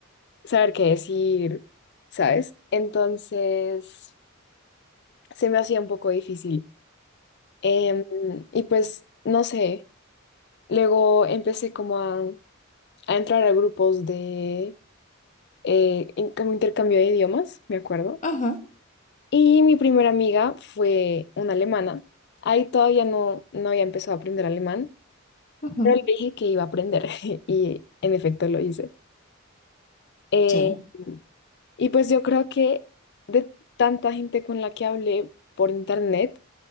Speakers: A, on the left; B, on the left.
A: saber qué decir, ¿sabes? Entonces, se me hacía un poco difícil. Em, y pues, no sé, luego empecé como a a entrar a grupos de eh, in- como intercambio de idiomas, me acuerdo.
B: Ujú,
A: Y mi primera amiga fue una alemana. Ahí todavía no, no había empezado a aprender alemán,
B: ujú.
A: pero le dije que iba a aprender <laughs> y en efecto lo hice. Eh,
B: Sí.
A: y pues yo creo que de tanta gente con la que hablé por internet,